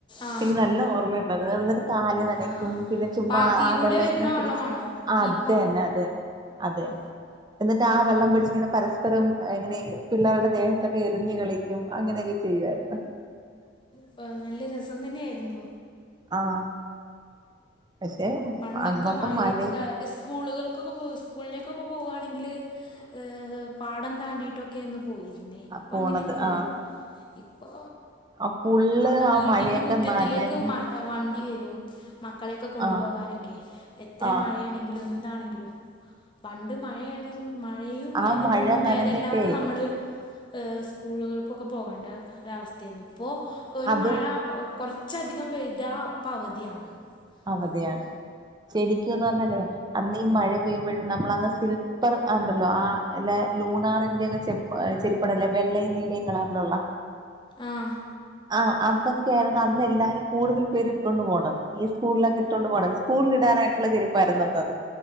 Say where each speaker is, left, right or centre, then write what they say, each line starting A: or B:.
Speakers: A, on the left; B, on the right.
A: ആ
B: എനിക്ക് നല്ല ഓർമ്മ <unintelligible> കാല് നനക്കും
A: ആ
B: പിന്നെചുമ്മാ
A: പാത്തിയിലൂടെ
B: ആഹ് വെള്ളം
A: വരുന്ന
B: ഇങ്ങനെ പിടിച്ച്
A: വള്ളമാണോ
B: അത്
A: ഈ പാ
B: അന്നെ അത് അന്നെ അത്
A: ആ
B: അന്നെ എന്നിട്ട് ആ വെള്ളം പിടിച്ച് ഇങ്ങനെ പരസ്പരം യെ ഇങ്ങനെ പിള്ളേര് ടെ ദേഹത്തൊക്കെ എറിഞ്ഞ് കളി ക്കും അങ്ങനെയൊക്കെ ചെയ്യുവാര്ന്ന്
A: പ്പാ നല്ല രെസം തന്നെ ആര്ന്നൂ
B: ആഹ് പശേ
A: പണ്ടൊക്കെ
B: അന്നത്തെ
A: മഴയത്ത്
B: മഴയും
A: ക സ്കൂളുകൾക്കൊക്കെ പോക സ്കൂളിലേക്കൊക്കെ ഇപ്പൊ പോവുകയാണെങ്കിൽ ഏഹ് പാടം താണ്ടിട്ടൊക്കെ ഒന്ന് പോയിരുന്നേ
B: ആ
A: ഇപ്പൊ
B: പോണത്
A: അങ്ങനെയൊന്നുല്ലല്ലോ
B: ആഹ്
A: ഇപ്പോ
B: ആ ഫുള്ള്
A: നമ്മളെ
B: ആ
A: വീടിന്റെ
B: മഴയൊക്കെ
A: മുറ്റത്തിലേക്ക്
B: നനഞ്ഞ്
A: വണ്ടി വരും മക്കളെയൊക്കെ കൊണ്ടുപോകാനൊക്കെ
B: ആഹ്
A: എത്രമായ
B: ആഹ്
A: ണെങ്കില എന്താണെങ്കിലും പണ്ട് മഴണെ മഴയും
B: ആ
A: വേനലും
B: മഴ
A: ഒന്നും
B: നനഞ്ഞിട്ടേ
A: ഭേദല്ലാതെ നമ്മള് സ്കൂളുകൾക്കൊക്കെ പോകണ്ട ഒരു അവസ്ഥയായിരുന്നു ഇപ്പോൾ ഒരു
B: അത്
A: മഴ കുറച്ചധികം പെയ്താ അപ്പം അവധിയാണ്
B: അവതിയാണ്
A: ഇപ്പോൾ
B: ശരിക്കുംന്ന് പറഞ്ഞാലേ അന്ന്ഈ മഴ പെയ്യുമ്പോഴും നമ്മൾന്ന് സിൽപ്പർണ്ടല്ലോ ആല്ല ലൂണാറിന്റെ ഒക്കെ ചെരിപ്പടല്ലേ വെള്ളയും നീലയും കളറിലുള്ള
A: ആഹ്
B: ആഹ് അന്നൊക്കെ ആയിരുന്നു അന്ന് എല്ലാരും കൂടുതൽ പേര് ഇട്ടുകൊണ്ട് പോകണത് ഈ സ്കൂളിലൊക്കെ ഇട്ടൊണ്ട് പോണം സ്കൂളിൽ ഇടാനായിട്ടുള്ള ചെരുപ്പായിരുന്നന്നത്